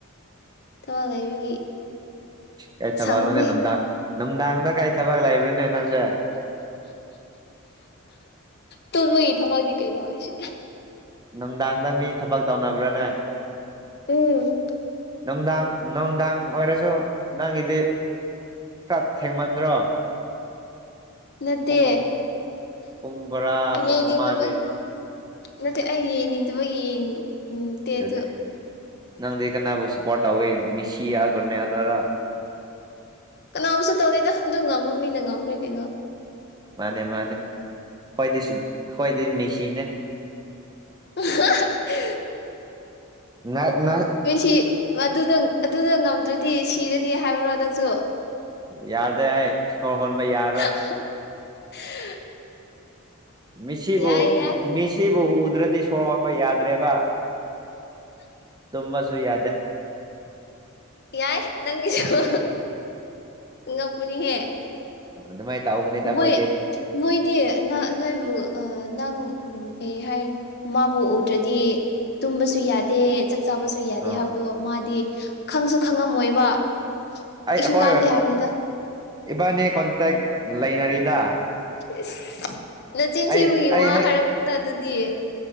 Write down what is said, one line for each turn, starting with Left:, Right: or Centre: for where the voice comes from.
Left: ꯊꯋꯥ ꯂꯩꯕꯒꯤ
Right: ꯀꯔꯤ ꯊꯕꯛꯅꯣꯅꯦ
Left: ꯁꯪꯗꯦ
Right: ꯅꯨꯡꯗꯥꯡ ꯅꯨꯡꯗꯥꯡꯗ ꯀꯔꯤ ꯊꯕꯛ ꯂꯩꯕ꯭ꯔꯅꯦ ꯅꯪꯁꯦ
Left: ꯇꯨꯝꯕꯒꯤ ꯊꯕꯛꯗꯤ ꯀꯩꯅꯣ ꯍꯥꯏꯁꯦ
Right: ꯅꯨꯡꯗꯥꯡꯗ ꯃꯤ ꯊꯕꯛ ꯇꯧꯅꯕ꯭ꯔꯅꯦ
Left: ꯎꯝ
Right: ꯅꯨꯡꯗꯥꯡ ꯅꯨꯡꯗꯥꯡ ꯑꯣꯏꯔꯁꯨ ꯅꯪꯒꯤꯗꯤ ꯈꯔ ꯊꯦꯡꯃꯟꯗ꯭ꯔꯣ
Left: ꯅꯠꯇꯦ
Right: ꯄꯨꯡ ꯄꯨꯡ ꯕꯣꯔꯥ
Left: ꯌꯦꯡꯅꯤꯡꯗꯕ
Right: ꯄꯨꯡ ꯑꯃꯗꯤ
Left: ꯅꯠꯇꯦ ꯑꯩ ꯌꯦꯡꯅꯤꯡꯗꯕꯒꯤ ꯌꯦꯡꯅꯤꯡꯗꯦ
Right: ꯑꯗꯨꯅꯦ
Left: ꯑꯗꯨ
Right: ꯅꯪꯗꯤ ꯀꯅꯥꯕꯨ ꯁꯄꯣꯠ ꯇꯧꯋꯦ ꯃꯤꯁꯤ ꯌꯥꯒꯅꯦ ꯑꯗꯔ
Left: ꯀꯅꯥꯕꯨꯁꯨ ꯇꯧꯗꯦꯗ ꯑꯗꯨ ꯉꯝꯃ ꯃꯤꯅ ꯉꯝꯈ꯭ꯔꯦ ꯀꯩꯅꯣ
Right: ꯃꯥꯅꯦ ꯃꯥꯅꯦ ꯈꯣꯢꯗꯤꯁꯨ ꯈꯣꯏꯗꯤ ꯃꯦꯁꯤꯅꯦ
Left: ꯑ
Right: ꯅ ꯅ
Left: ꯃꯣꯏꯁꯤ ꯑꯗꯨꯗ ꯑꯗꯨꯗ ꯉꯝꯗ꯭ꯔꯗꯤ ꯁꯤꯔꯗꯤ ꯍꯥꯏꯕ꯭ꯔꯣ ꯅꯪꯁꯨ
Right: ꯌꯥꯗꯦ ꯍꯥꯏ ꯏꯁꯣꯔ ꯍꯣꯟꯕ ꯌꯥꯔꯣꯏ
Left: <unintelligible>
Right: ꯃꯤꯁꯤꯕꯨ
Left: ꯌꯥꯏ ꯌꯥꯏ
Right: ꯃꯤꯁꯤꯕꯨ ꯎꯗ꯭ꯔꯗꯤ ꯁꯣꯔ ꯍꯣꯟꯕ ꯌꯥꯗ꯭ꯔꯦꯕ ꯇꯃꯁꯨ ꯌꯥꯗꯦ
Left: ꯌꯥꯏ ꯅꯪꯒꯤꯁꯨ ꯉꯛꯄꯅꯤꯍꯦ
Right: ꯑꯗꯨꯃꯥꯏꯅ ꯇꯧꯕꯅꯤꯗ ꯑꯩꯈꯣꯏꯗꯤ
Left: ꯃꯣꯏ ꯃꯣꯏꯗꯤ ꯅꯪ ꯅꯣꯏꯕꯨ ꯅꯪ ꯎ ꯀꯩ ꯍꯥꯏ ꯃꯥꯕꯨ ꯎꯗ꯭ꯔꯗꯤ ꯇꯨꯝꯕꯁꯨ ꯌꯥꯗꯦ ꯆꯥꯕꯁꯨ ꯌꯥꯗꯦ
Right: ꯑꯥ
Left: ꯍꯥꯏꯕꯗꯣ ꯃꯥꯗꯤ ꯈꯪꯁꯨ ꯈꯪꯉꯝꯃꯣꯏꯕ ꯀꯩꯁꯨ
Right: ꯑꯩ ꯑꯈꯣꯏꯒ
Left: ꯀꯥꯟꯗꯦ
Right: ꯀꯣ
Left: ꯍꯥꯏꯕꯅꯤꯗ
Right: ꯏꯕꯥꯅꯤ ꯀꯣꯟꯇꯦꯛ ꯂꯩꯅꯔꯤꯗ
Left: ꯏꯁ ꯅꯆꯤꯟ
Right: ꯑꯩ
Left: ꯊꯤꯕꯒꯤ
Right: ꯑꯩ
Left: ꯋꯥ
Right: ꯍꯦꯛ
Left: ꯍꯥꯏꯔꯛ ꯗ ꯑꯗꯨꯗꯤ